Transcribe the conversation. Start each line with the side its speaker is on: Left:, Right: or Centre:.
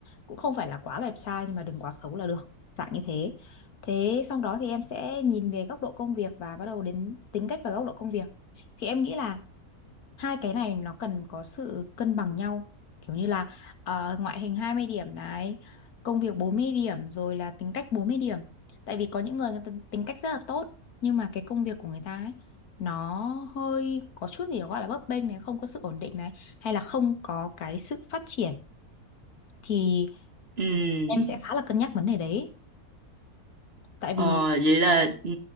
Left: cũng không phải là quá đẹp trai nhưng mà đừng quá xấu là được dạng như thế thế xong đó thì em sẽ nhìn về góc độ công việc và bắt đầu đến tính cách và góc độ công việc thì em nghĩ là hai cái này nó cần có sự cân bằng nhau kiểu như là ờ, ngoại hình 20 điểm này công việc bốn mươi điểm rồi là tính cách bốn mươi điểm tại vì có những người, người ta tính cách rất là tốt nhưng mà cái công việc của người ta ấy nó hơi có chút gì đó gọi là bấp bênh này không có sự ổn định này hay là không có cái sự phát triển thì
Right: Ừ.
Left: em sẽ khá là cân nhắc vấn đề đấy tại vì
Right: Ờ, vậy là ừ.